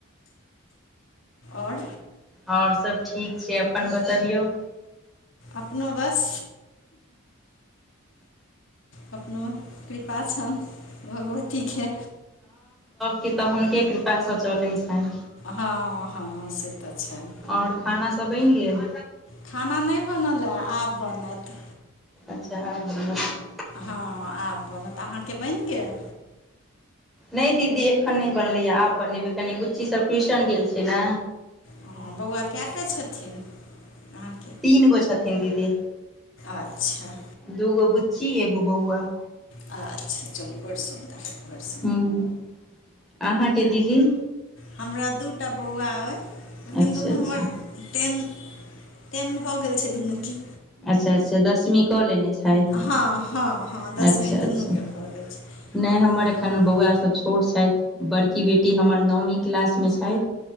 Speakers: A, on the left; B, in the centre.
A: ओर
B: और सब ठीक छै अपन बतबियौ
A: अपनो बस अपनो कृपा छैन भगवती के
B: की तऽ हुनके कृपासँ चलै छनि
A: हाँ हा से तऽ छैन
B: और खाना सभ बनि गेल
A: खाना नै बनल हए आब बनत
B: अच्छा आब <unintelligible>
A: हँ आब बनत तऽ अहाँके बनि गेल
B: नहि दीदी एखन नहि बनलैय आब बनेबै कनि बुच्चीसभ ट्यूशन गेल छै ने
A: हँ बौआ कएटा छथिन अहाँके
B: तीन गो छथिन दीदी
A: अच्छा
B: दूगो बुच की एगो बौआ
A: अच्छा चलू बड़ सुन्दर बड़ सु
B: हूँ अहाँ के दीदी
A: हमरा दूटा बौआ अई लेकिन
B: अच्छा
A: दुनू
B: अच्छा
A: हमर टेन टेन भऽ गेल छै दुनूके
B: अच्छा अच्छा दसमी कऽ लेने छथि
A: हँ हँ हँ दसवीं
B: अच्छा अच्छा
A: दुनू के भगैल छै
B: नहि हमर एखन
A: हूँ,
B: बौआसभ छोट छथि बड़की बेटी हमर नओमी क्लासमे छथि